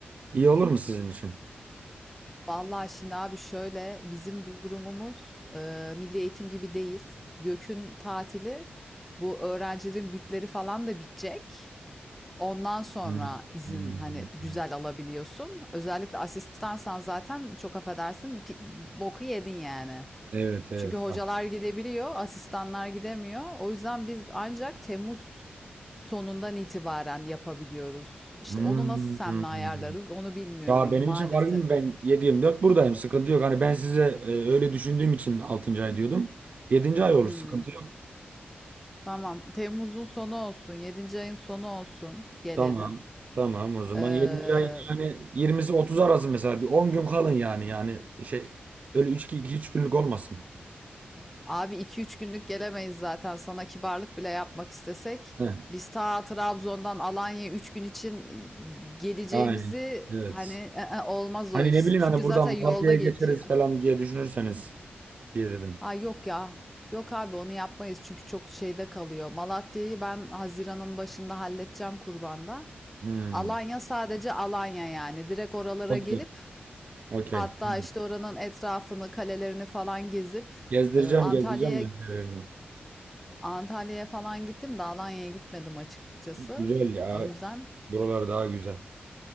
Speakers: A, on the right; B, in the centre.
A: iyi olur mu sizin için?
B: Vallahi şimdi abi şöyle bizim durumumuz e, milli eğitim gibi değil. YÖK'ün tatili bu öğrencilerin bütleri falan da bitecek. Ondan sonra
A: Hmm,
B: izin
A: hmm,
B: hani güzel
A: hmm.
B: alabiliyorsun. Özellikle asistansan zaten çok affedersin pi- boku yedin yani.
A: Evet evet.
B: Çünkü hocalar gidebiliyor, asistanlar gidemiyor. O yüzden biz ancak Temmuz sonundan itibaren yapabiliyoruz. İşte
A: Hmm,
B: onu nasıl seninle
A: hmm, hmm.
B: ayarlarız onu bilmiyorum
A: Ya benim
B: maalesef.
A: için fark etmiyor. Ben 7-24 buradayım sıkıntı yok. Hani ben size e, öyle düşündüğüm için 6. ay diyordum. Yedinci ay olur
B: Hmm,
A: sıkıntı yok.
B: tamam. Temmuz'un sonu olsun, yedinci ayın sonu olsun gelelim.
A: Tamam. Tamam o zaman
B: Ee,
A: 7. ayın yani 20'si 30 arası mesela bir 10 gün kalın yani yani şey öyle 3 2 3 günlük olmasın.
B: Abi iki üç günlük gelemeyiz zaten. Sana kibarlık bile yapmak istesek.
A: Heh,
B: Biz ta Trabzon'dan Alanya'ya 3 gün için geleceğimizi
A: aynen. Evet.
B: hani "Ee, olmaz
A: Hani
B: o iş.
A: ne bileyim
B: Çünkü
A: hani buradan
B: zaten yolda
A: Malatya'ya
B: geçiyor.
A: geçeriz falan diye düşünürseniz diye dedim.
B: Ha yok ya. Yok abi onu yapmayız çünkü çok şeyde kalıyor. Malatya'yı ben Haziran'ın başında halledeceğim kurbanda.
A: Hmm.
B: Alanya sadece Alanya yani. Direkt oralara
A: Okey.
B: gelip
A: Okey.
B: hatta
A: Hmm.
B: işte oranın etrafını, kalelerini falan gezip
A: Gezdireceğim,
B: e, Antalya'ya
A: gezdireceğim ben yerlerini.
B: Antalya'ya falan gittim de Alanya'ya gitmedim açıkçası.
A: Güzel ya.
B: O yüzden
A: Buralar daha güzel.